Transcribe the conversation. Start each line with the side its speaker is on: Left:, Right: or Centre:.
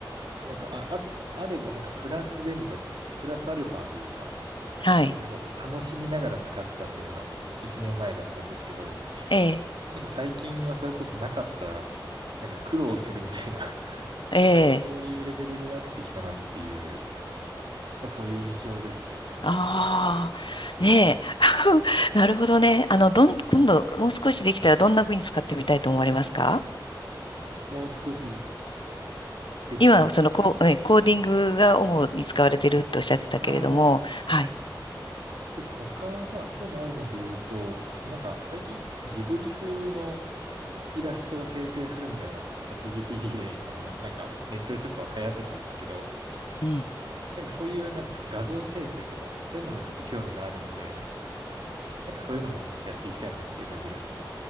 Right: なんかあ、あ、あればなんかプラスでみたいな、プラスアルファというか、
Left: はい。
Right: なんかこう楽しみながら使ってたっていうのが1年前だったんですけど、
Left: ええ。
Right: なんか最近はそれこそなかったら、なんか苦労するみたいな <laughs>
Left: ええ。
Right: そういうレベルになってきたなっていう、なんかそういう印象ですね。
Left: ああ。ねえ。<laughs> なるほどね。あの、どん、今度、もう少しできたらどんな風に使ってみたいと思われますか
Right: もう少しできたら、
Left: 今、そのコ、こえ、コーディングが主に使われてるとおっしゃってたけれども、
Right: ああ、
Left: はい。
Right: そうです。他、まあ、興味あるので言うと、そのなんか、最近、ジブリ風のイラストを生成するみたいな、チャット GPT で、あの、なんかネットでちょっと流行ってたんですけど、
Left: うん
Right: なんかそういう、なんですか、画像生成とか、そういうのもちょっと興味があるので、なんかそういうのもやっていきたいなっていう感じですね。